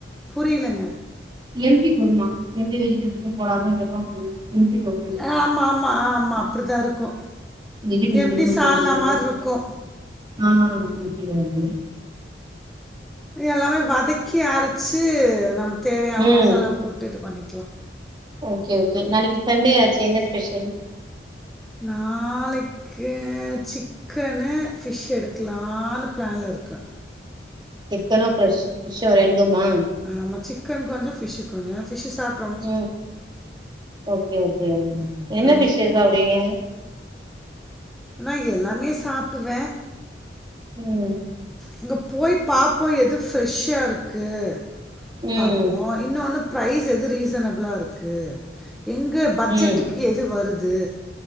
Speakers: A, in the centre; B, on the right.
A: புரியலங்க
B: எம் டி குருமா எந்த வெஜிடபிள்ஸும் போடாத வெறும் எம் டி குரு
A: ஆ ஆமா ஆமா ஆமா அப்டிதா இருக்கு
B: வெஜிடபிள்
A: எம்
B: இருந்தா
A: டி சால்ன
B: போடணும் நெறைய
A: மார்ருக்கு
B: பேர் ஆ ஓகே ஓகே
A: எல்லாமே வதக்கி அரச்சு நம்ம தேவையான
B: ம்
A: மசாலா போட்டு இது பண்ணிக்கலா
B: ஓகே ஓகே நாளைக்கு சண்டே ஆச்சு என்ன ஸ்பெஷல்
A: நாளை க்கே சிக்கன்னு ஃபிஷ் எடுக்கலான்னு பிளான்ல இருக்க
B: சிக்கென்னு ஃப்ரெஷ் ஃபிஷ் ரெண்டுமா
A: ஆமா சிக்கன் கொஞ்சோ ஃபிஷ்ஷு கொஞ்சோ ஃபிஷ்ஷு சாப்
B: ம் ஓகே ஓகே என்ன
A: ஆ
B: ஃபிஷ்ஷு சாப்டுவீங்க
A: நா எல்லாமே சாப்டுவ
B: ம்
A: அங்க போய் பாப்போ எது ஃப்ரெஷ்ஷா இருக்கு
B: ம்
A: பாப்போ இன்னொன்னு ப்ரைஸ் எது ரீசனபுளா இருக்கு எங்க பட்ஜெட்டுக்கு
B: ம்
A: எது வருது